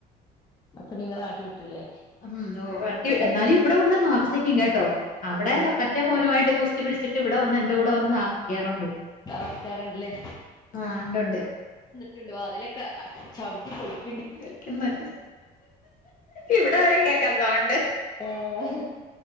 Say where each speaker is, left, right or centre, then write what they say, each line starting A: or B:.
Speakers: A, on the left; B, on the left.
A: അപ്പൊ നിങ്ങളെ ആട്ടി വിട്ടില്ലേ
B: ഉം ഓഹ് ഇവർക്ക് എന്നാലും ഇവിടെ വന്ന് താമസിക്കും കേട്ടോ അവിടെ
A: കേട്ട്
B: മ റ്റേ മോനു ആയിട്ട് ഗുസ്തി പിടിച്ചിട്ട് ഇവിടെ വന്ന് എന്റെ കൂടെ വന്ന് താ താമസിക്കാറുണ്ട്
A: താമസിക്കാറുണ്ടല്ലേ
B: ആഹ് ഉണ്ട് ഉണ്ട്
A: ട്ടുണ്ട് വാതിലൊക്കെ ചവിട്ടി പൊളിക്ക്ണ്ട്
B: കേൾക്കുന്ന് ഇവിടെ വരെ കേക്കാ സൗണ്ട്
A: ആഹ്